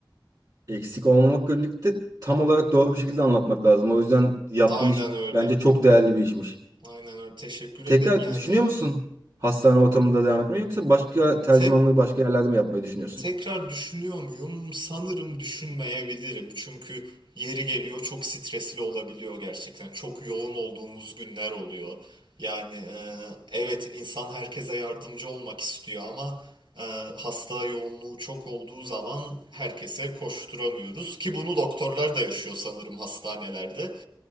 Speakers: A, on the right; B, on the right.
A: Eksik olmamakla birlikte tam olarak doğru bir şekilde anlatmak lazım. O yüzden yaptığın
B: Aynen
A: iş
B: öyle.
A: bence çok değerli bir işmiş.
B: Aynen öyle. Teşekkür ederim.
A: Tekrar
B: Yani
A: düşünüyor musun hastane ortamında devam etmeyi yoksa başka tercümanlığı
B: tek
A: başka yerlerde mi yapmayı düşünüyorsun?
B: Tekrar düşünüyor muyum? Sanırım düşünmeyebilirim. Çünkü yeri geliyor çok stresli olabiliyor gerçekten. Çok yoğun olduğumuz günler oluyor. Yani e, evet insan herkese yardımcı olmak istiyor ama e, hasta yoğunluğu çok olduğu zaman herkese koşturamıyoruz. Ki bunu doktorlar da yaşıyor sanırım hastanelerde.